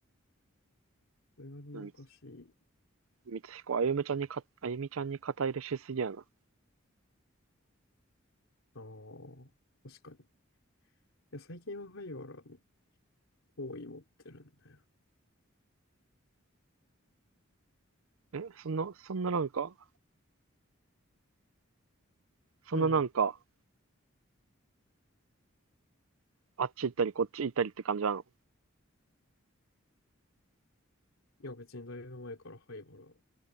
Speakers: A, on the left; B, on the right.
A: すがにおかしい。
B: うん。光彦、あゆみちゃんにか、あゆみちゃんに肩入れしすぎやな。
A: ああ、確かに。いや、最近は灰原に好意持ってるんだよ。
B: え、そんな、そんななんか、そんななんか、
A: うん。
B: あっち行ったりこっち行ったりって感じなの
A: いや、別にだいぶ前から灰原、